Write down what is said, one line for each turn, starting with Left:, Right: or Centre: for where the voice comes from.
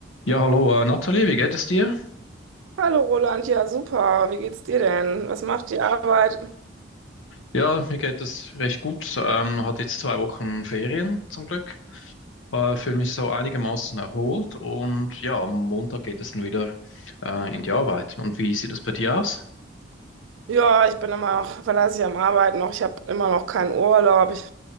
Left: Ja, hallo, äh, Nathalie, wie geht es dir?
Right: Hallo Roland, ja super, wie geht's dir denn? Was macht die Arbeit?
Left: Ja, mir geht es recht gut. Ähm, hatte jetzt zwei Wochen Ferien zum Glück. Äh, fühle mich so einigermaßen erholt und ja, am Montag geht es dann wieder äh, in die Arbeit. Und wie sieht es bei dir aus?
Right: Ja, ich bin immer noch, verlasse ich am Arbeiten noch, ich habe immer noch keinen Urlaub. Ich